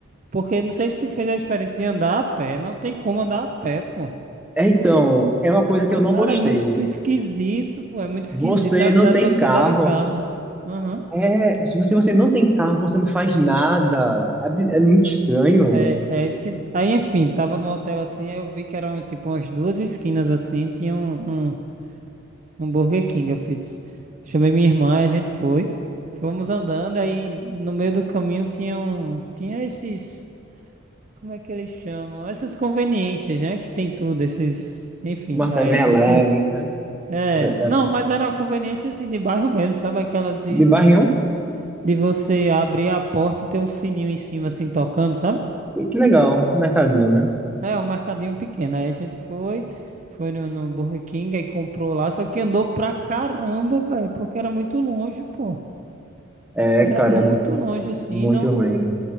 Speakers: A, on the right; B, in the centre.
A: Porque não sei se tu fez a experiência de andar a pé, não tem como andar a pé, pô.
B: É, Então, é uma coisa que eu não
A: Cara,
B: gostei.
A: muito esquisito, pô, é muito
B: Você
A: esquisito. É a
B: não
A: cidade
B: tem
A: pra você
B: carro.
A: andar de carro. Aham.
B: É, se você, você não tem carro, você não faz nada. É, bi- é muito estranho.
A: É, é esquisito. Aí, enfim, tava no hotel assim, aí eu vi que eram tipo umas duas esquinas assim, tinha um, um- Um Burger King, eu fiz. Chamei minha irmã, a gente foi. Fomos andando, aí no meio do caminho tinha um, tinha esses, como é que eles chamam? Essas conveniências, né? Que tem tudo, esses, enfim,
B: uma 7-Eleven,
A: aí a gente,
B: né?
A: é,
B: Pra- da-
A: não, mas era uma conveniência assim de bairro mesmo, sabe? Aquelas de,
B: De
A: de,
B: barra um,
A: de você abrir a porta e ter um sininho em cima assim tocando, sabe?
B: que, que legal, mercadinho, né?
A: É, um mercadinho pequeno. Aí a gente foi, foi no, no Burger King, aí comprou lá, só que andou pra caramba, velho, porque era muito longe, pô.
B: É,
A: Era
B: cara,
A: muito
B: é muito,
A: longe assim,
B: muito
A: não,
B: ruim.
A: não.